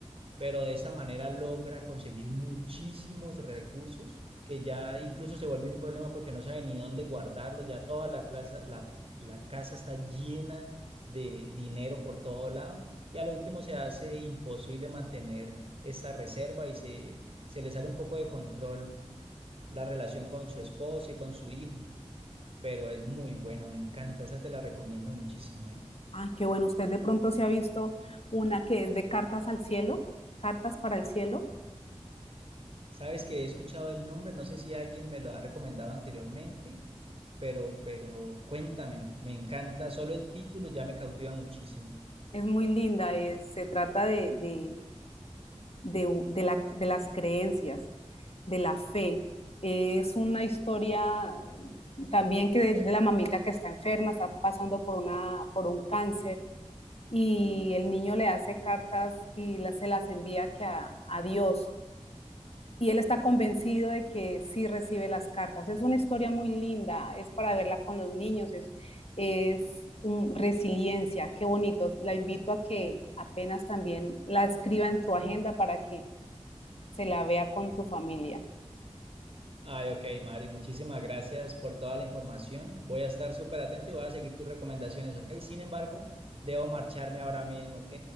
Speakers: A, on the right; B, on the left.
A: pero de esta manera logra conseguir muchísimos recursos que ya incluso se vuelve un problema porque no sabe ni dónde guardarlos, ya toda la, clase, la, la casa está llena de dinero por todo lado y a lo último se hace imposible mantener esta reserva y se, se le sale un poco de control la relación con su esposa y con su hijo, pero es muy buena, me encanta, esa te la recomiendo muchísimo, ¿eh?
B: Ay, qué bueno, usted de pronto se ha visto una que es de Cartas al Cielo, Cartas para el Cielo.
A: Sabes que he escuchado el nombre, no sé si alguien me lo ha recomendado anteriormente, pero, pero cuéntame, me encanta, solo el título ya me cautiva muchísimo.
B: Es muy linda, es- se trata de, de, de, de, la, de las creencias, de la fe. Es una historia eh, también que de, de, la mamita que está enferma, está pasando por, una, por un cáncer y el niño le hace cartas y la, se las envía que a, a, Dios. Y él está convencido de que sí recibe las cartas. Es una historia muy linda, es para verla con los niños, es, es un, resiliencia, qué bonito. La invito a que apenas también la escriba en tu agenda para que se la vea con tu familia.
A: Ay, ok, Mari, muchísimas gracias por toda la información. Voy a estar súper atento y voy a seguir tus recomendaciones, ok. Sin embargo, debo marcharme ahora mismo, ok.